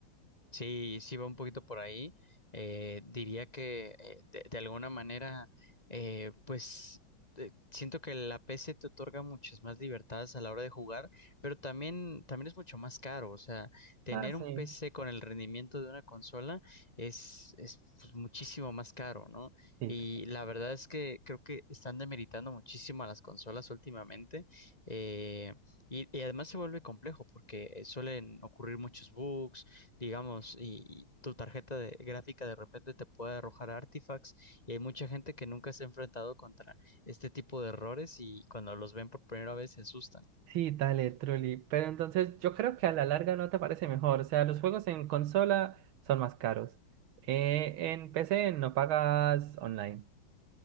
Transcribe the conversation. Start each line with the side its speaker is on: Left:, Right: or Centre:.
Left: Sí, sí va un poquito por ahí. Eh, diría que eh, de, de alguna manera, eh, pues eh, siento que la PC te otorga muchas más libertades a la hora de jugar, pero también, también es mucho más caro. O sea, tener
Right: Ah, sí.
Left: un PC con el rendimiento de una consola es, es pues, muchísimo más caro, ¿no?
Right: Sí,
Left: Y la verdad es que creo que están demeritando muchísimo a las consolas últimamente. Eh, y, y además se vuelve complejo porque eh, suelen ocurrir muchos bugs digamos, y tu tarjeta de gráfica de repente te puede arrojar artifacts y hay mucha gente que nunca se ha enfrentado contra este tipo de errores y cuando los ven por primera vez se asustan.
Right: Sí, dale, truly. Pero entonces yo creo que a la larga no te parece mejor. O sea, los juegos en consola son más caros. Eh, en PC no pagas online,